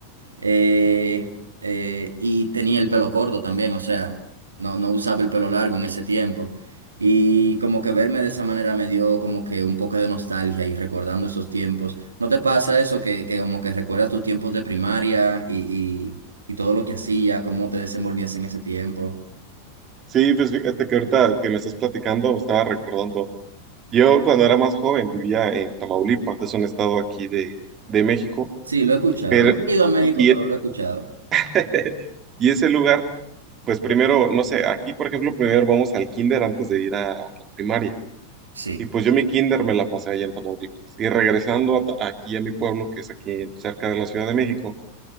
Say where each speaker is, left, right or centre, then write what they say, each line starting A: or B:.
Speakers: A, on the right; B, on the right.
A: Eh, eh, y tenía el pelo corto también, o sea, no, no usaba el pelo largo en ese tiempo. Y como que verme de esa manera me dio como que un poco de nostalgia y recordando esos tiempos. ¿No te pasa eso que, que como que recuerdas tus tiempos de primaria y, y, y todo lo que hacías, cómo te desenvolvías en ese tiempo?
B: Sí, pues fíjate que ahorita que me estás platicando, me estaba recordando. Yo cuando era más joven vivía en Tamaulipas, es un estado aquí de, de México,
A: Sí, lo he escuchado.
B: pero...
A: No he ido a México,
B: Y,
A: pero
B: y
A: lo he escuchado.
B: <laughs> Y ese lugar, pues primero, no sé, aquí por ejemplo, primero vamos al kinder antes de ir a, a la primaria.
A: Sí.
B: Y pues yo mi kinder me la pasé allá en Tamaulipas. Y regresando a Ta- aquí a mi pueblo, que es aquí cerca de la Ciudad de México,